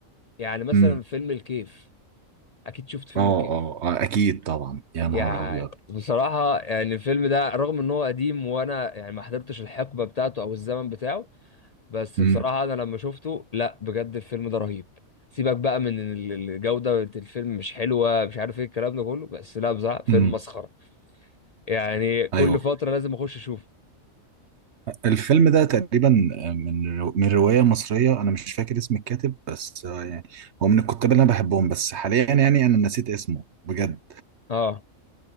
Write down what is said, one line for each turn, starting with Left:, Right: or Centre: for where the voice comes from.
Left: يعني مثلا
Right: امم
Left: فيلم الكيف اكيد شفت فيلم
Right: اه اه
Left: الكيف
Right: آه، اكيد طبعا يا نهار
Left: يعني
Right: ابيض
Left: بصراحة يعني الفيلم ده رغم ان هو قديم وانا يعني ما حضرتش الحقبة بتاعته او الزمن بتاعه بس
Right: امم
Left: بصراحة انا لما شفته لا بجد الفيلم ده رهيب سيبك بقى من إن ال- الجودة بتاعت الفيلم مش حلوة مش عارف ايه الكلام ده كله بس لا بصراحة فيلم
Right: امم
Left: مسخرة يعني كل
Right: ايوه
Left: فترة لازم اخش اشوفه
Right: الفيلم ده تقريبا آه، من رو- من روايه مصريه انا مش فاكر اسم الكاتب بس آه، يعني هو من الكتاب اللي انا بحبهم بس حاليا يعني انا نسيت اسمه بجد
Left: اه